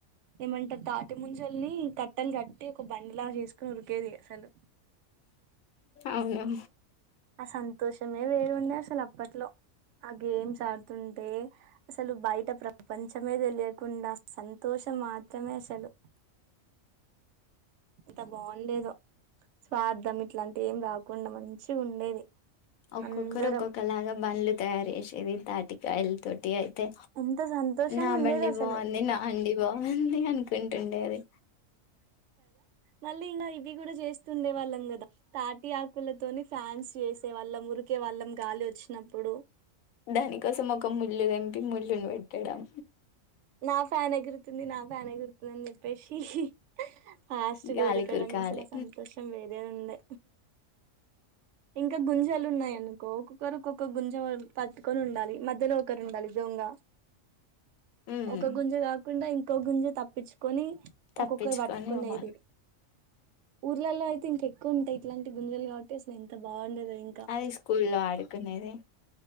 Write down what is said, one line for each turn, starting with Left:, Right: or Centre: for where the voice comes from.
Right: ఏమంటారు తాటి ముంజల్ని కట్ అట్టలు కట్టి ఒక బండిలాగా చేసుకుొని ఉరికేది అసలు
Left: అవును
Right: ఆ సంతోషమే వేరున్నా అసలు అప్పట్లో ఆ గేమ్స్ ఆడుతుంటే అసలు బయట ప్రపంచమేద తెలియకుండా సంతోషం మాత్రమే అసలు ఇంత బాగుండేదో స్వార్థం ఇట్లాంటి ఏం రాకుండా మంచి ఉండేది
Left: ఒక్కొక్కరు
Right: అందరం
Left: ఒక్కొక్కలాగా బండ్లు తయారు చేేసేది తాటికి కాయలు తటీయి
Right: ఎంత సంతోషంగా
Left: నా
Right: ఉండేది
Left: బండి
Right: అసలు
Left: బాగుంది నా అంగి బాగుంది అనుకుంటుండే. అది
Right: నల్ ఇంకా ఇ మీ కూడా చేస్తుండే వాళ్ళం కదా తాటి ఆకు క్కులతోని ఫ్యాన్స్ చేేసే వాళ్ళం ఉరికే వాళ్ళం గాలి వచ్చినప్పుడు
Left: దానికోసం ఒక ములు తేపి ములును పెట్టడం
Right: నా ఫ్యాన్ ఎగురుతుంది నా ఫ్యాన్ ఎగురుతుంది అని చెప్పేసి ఇహిహీ ఆస్థి
Left: గాలి
Right: దొరకడం
Left: కురకాలి
Right: అసలు సంతోషం వేరే ఉండే ఇంకా గుంజాలు ఉన్నాయనుకో ఒకొక్కరు ఒకొక్క గుంజ పట పట్టుకొని ఉండాలి మధ్యలో ఒకరు ఉండాలి. దొంగ
Left: ఉమ్
Right: ఒక గుంజ కాకుండా ఈక ఓ గుంజత్ తప్పించుకొని ఒక్కొక్కరు
Left: తప్పించుకొని
Right: ఒకొక్కరు పట్టుకునేది
Left: పోవాలి
Right: ఊర్లలో అయితే ఎక్కువ ఉంటాయి ఇట్లాంటి గుంజలు కాబట్టి అసలు ఎంత బాగుండేదో ఇంకా
Left: అది స్కూల్లో ఆడుకునేది